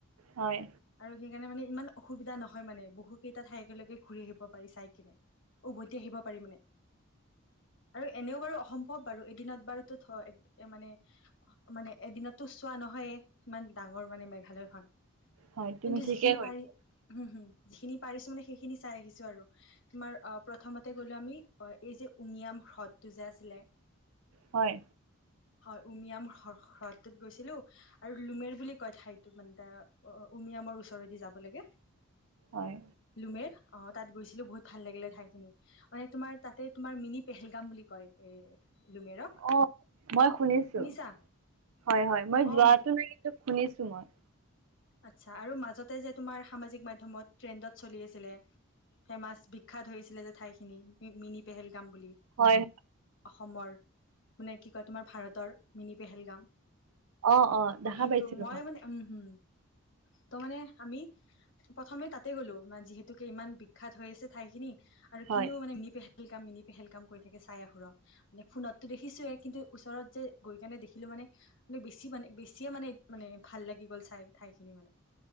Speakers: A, on the right; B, on the left.
A: হয়
B: আৰু সেইকাৰণে মানে ইমান অসুবিধা নহয় মানে বহুকেইটা ঠাই একেলগে ঘূৰি আহিব পাৰি চাই কিনে। উভতি আহিব পাৰি মানে। আৰু এনেও বাৰু অসম্ভৱ বাৰু এদিনত বাৰুতো <unintelligible> মানে মানে এদিনতটো চোৱা নহয় ইমান ডাঙৰ মানে মেঘালয়খন।
A: হয় তুমি
B: কিন্তু
A: ঠিকেই
B: যিখিনি
A: কৈছা
B: পাৰি, হুম হুম। যিখিনি পাৰিছো মানে সেইখিনি চাই আহিছো আৰু। তোমাৰ প্ৰথমতে গ'লো আমি এই যে উমিয়াম হ্ৰদটো যে আছিলে
A: হয়।
B: হয় উমিয়াম হ হ্ৰদটোত গৈছিলো আৰু লুমেৰ বুলি কয় ঠাইটো মানে উমিয়ামৰ ওচৰদি যাব লাগে।
A: হয়
B: লুমেৰ। অ' তাত গৈছিলো বহুত ভাল লাগিলে ঠাইখিনি মানে তোমাৰ তাতে তোমাৰ মিনি পেহেলগাম বুলি কয়। এ লুমেৰক
A: অ' মই শুনিছো।
B: শুনিছা
A: হয় হয় মই
B: অ
A: যোৱাতো নাই কিন্তু শুনিছো। <unintelligible>
B: আচ্ছা আৰু মাজতে যে তোমাৰ সামাজিক মাধ্যমত ট্ৰেণ্ডত চলি আছিলে, ফেমাচ বিখ্যাত হৈছিলে যে ঠাইখিনি <unintelligible> মিনি পেহেল <unintelligible> বুলি,
A: হয়
B: অ' <unintelligible> মানে কি কয় তোমাৰ ভাৰতৰ মিনি পেহেলগাম।
A: অ
B: অ'
A: দেখা
B: সেইটো,
A: পাইছিলো
B: মই মানে উম হম। ত মানে আমি প্ৰথমে তাতে গ'লো ম যিহেতুকে ইমান বিখ্যাত হৈ আছে ঠাইখিনি। আৰু
A: হয়
B: কিনিও মানে নিপেহ <unintelligible> মিনি পেহেলগাম কৰি থাকে চাই আহো ৰ', মানে ফোনতটো দেখিছোয়ে কিন্তু ওচৰত যে গৈ কেনে দেখিলো মানে মে বেছি মানে বেছিয়ে মানে মানে ভাল লাগি গ'ল চাই। ঠাইখিনি মানে